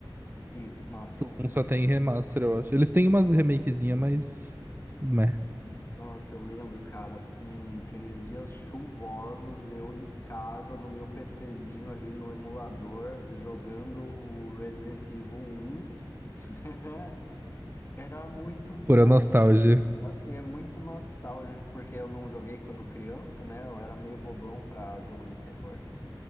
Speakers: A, on the left (about 30°); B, on the right (about 25°).
A: que, nossa, o 1,
B: Um só tem
A: é um-
B: remaster, eu acho. Eles têm umas remakezinhas, mas. Meh,
A: nossa, eu lembro, cara, assim, aqueles dias chuvosos, eu em casa, no meu PCzinho ali, no emulador, jogando o Resident Evil um. <laughs> Era muito bom,
B: pura nostalgia.
A: cara. Assim, é muito nostálgico, porque eu não joguei quando criança, né? Eu era meio bobão para jogo de terror.